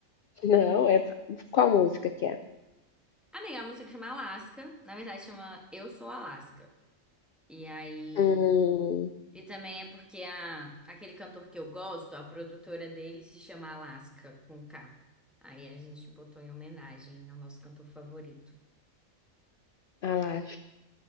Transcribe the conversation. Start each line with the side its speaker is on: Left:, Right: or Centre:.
Left: <laughs> não, é qual música que é?
Centre: Amiga, a música chama Alaska, na verdade chama Eu Sou Alaska. E aí.
Left: Hum,
Centre: E também é porque a, aquele cantor que eu gosto, a produtora dele se chama Alaska com K. Aí a gente botou em homenagem ao nosso cantor favorito.
Left: a